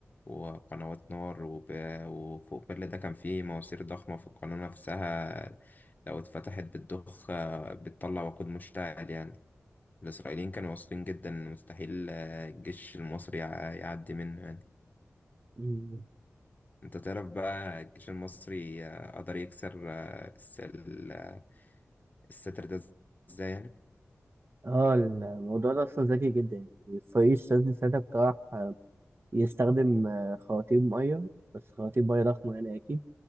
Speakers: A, on the left; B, on the right.
A: وقنوات نار وب- وفوق كل ده كان فيه مواسير ضخمة في القناة نفسها لو اتفتحت بتضخ آه، بتطلع وقود مشتعل يعني الإسرائيليين كانوا واثقين جدا إن مستحيل آه، الجيش المصري يع- يعدي منه يعني
B: مم.
A: أنت تعرف بقى الجيش المصري آه، قدر يكسر آه، الس- ال- آه، الستر ده إزاي يعني؟
B: آه الموضوع ده أصلا ذكي جدا يعني فريق الشاذلي ساعتها اقترح آه، يستخدم آه، خواتيم مية بس خواتيم مية ضخمة يعني أكيد